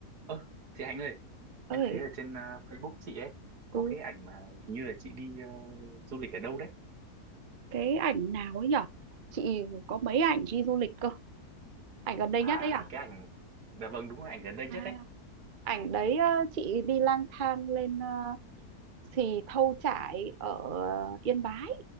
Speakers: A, on the right; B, on the right.
A: Ơ, chị Hạnh ơi,
B: ơi
A: em thấy ở trên ờ, Facebook chị ấy có
B: ừ
A: cái ảnh mà hình như là chị đi ờ, du lịch ở đâu đấy.
B: cái ảnh nào ấy nhở chị có mấy ảnh đi du lịch cơ ảnh gần đây
A: À,
B: nhất ấy à
A: cái ảnh, dạ vâng đúng là ảnh gần đây
B: à
A: nhất đấy.
B: ảnh đấy ờ, chị đi lang thang lên ờ, Xì Thâu Chải ở ờ, Yên Bái